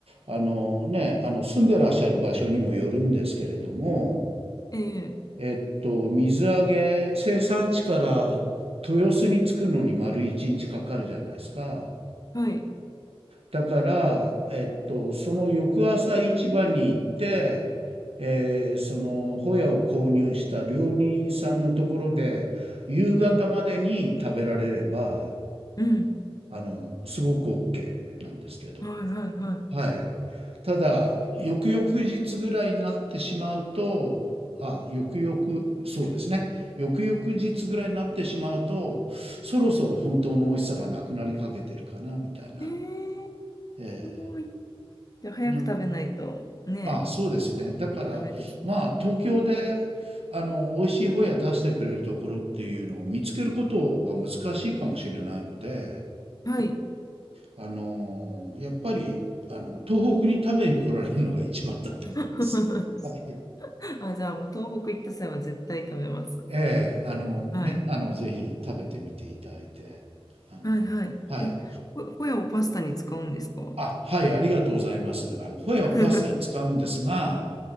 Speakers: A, on the right (about 75°); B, on the left (about 40°).
A: あのね、あの住んでらっしゃる場所にもよるんですけれども、
B: ええ
A: えっと、水揚げ、生産地から豊洲に着くのに丸1日かかるじゃないですか。
B: はい。
A: だから、えっと、その翌朝市場に行って、えーそのホヤを購入した料理人さんのところで夕方までに食べられれば
B: うん。うん。
A: あのすごく OK なんですけど、
B: はいはいは
A: はい、ただ翌々日ぐらいになってしまうとあ翌々そうですね翌々日ぐらいになってしまうとそろそろ本当の美味しさがなくなりかけてるかなみたいな。
B: い。えー、
A: ええ
B: すごい。じゃあ早く食べないとね、
A: なあ、そうですね。だから、
B: ダメですね。
A: まあ、東京で、あの、美味しいホヤ出してくれるところっていうのを見つけることは難しいかもしれないので、
B: はい。
A: あの、やっぱり、あの、東北に食べに来られるのが一番だと思います。
B: <laughs>
A: はい。
B: あ、じゃあもう東北行った際は絶対食べます。
A: ええ、あのね、
B: はい。
A: あの、ぜひ食べてみていただいて、あの、
B: はいはい。
A: はい。
B: え、ホホヤをパスタに使うんですか
A: あ、はい、ありがとうございます。あの、ホヤをパスタに使うんですが、
B: <laughs> す